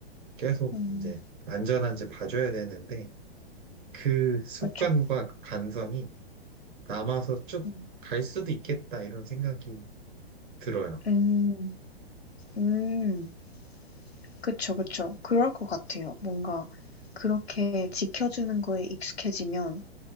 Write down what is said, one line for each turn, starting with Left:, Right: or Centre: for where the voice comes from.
Right: 계속
Left: 음,
Right: 이제 안전한지 봐줘야 되는데 그 습관과
Left: 그쵸.
Right: 그 간성이 남아서 쭉
Left: 음,
Right: 갈 수도 있겠다 이런 생각이 들어요.
Left: 음, 음, 그쵸, 그쵸. 그럴 것 같아요. 뭔가 그렇게 지켜주는 거에 익숙해지면